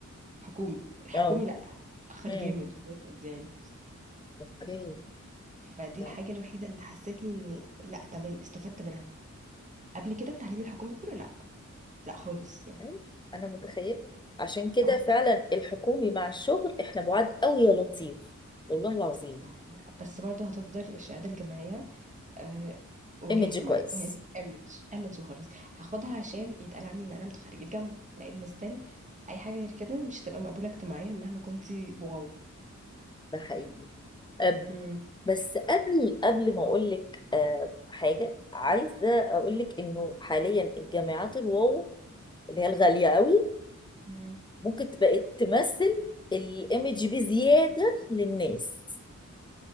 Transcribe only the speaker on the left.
<laughs> اه
امم
اوكي
لا
أيوة، انا متخيل عشان كده
فعلا الحكومي مع الشغل احنا بعاد قوي يا لطيف والله العظيم
ايمج
كويس
ده حقيقي أم،
بس قبل قبل ما اقول لك أه، حاجه عايزه اقول لك انه حاليا الجامعات الواو اللي هي الغاليه قوي
ممكن بقت تمثل الايمج بزياده للناس